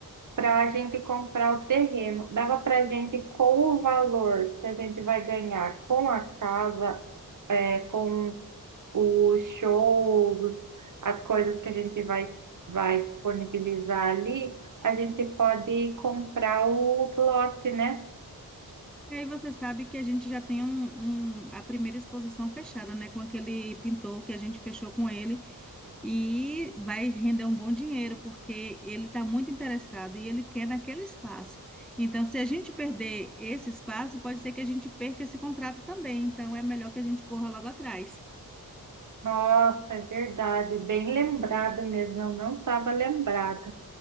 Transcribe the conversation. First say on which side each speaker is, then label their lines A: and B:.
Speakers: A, on the right (about 55°); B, in the centre.
A: para a gente comprar o terreno. Dava para a gente, com o valor que a gente vai ganhar com a casa, é, com os shows, as coisas que a gente vai, vai disponibilizar ali, a gente pode comprar o lote, né?
B: E aí você sabe que a gente já tem um, um- a primeira exposição fechada, né? Com aquele pintor que a gente fechou com ele. E vai render um bom dinheiro, porque ele está muito interessado e ele quer naquele espaço. Então, se a gente perder esse espaço, pode ser que a gente perca esse contrato também. Então, é melhor que a gente corra logo atrás.
A: Nossa, é verdade, bem lembrado mesmo, eu não estava lembrada.